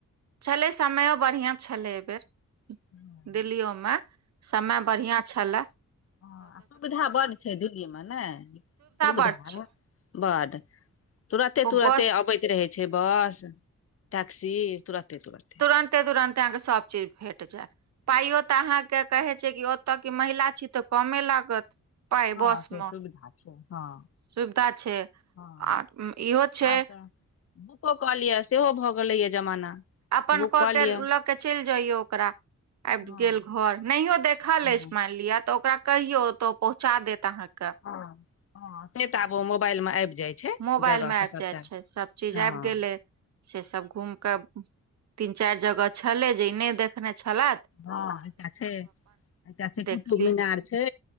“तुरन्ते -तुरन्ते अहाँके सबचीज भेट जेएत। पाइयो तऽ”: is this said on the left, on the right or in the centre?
Right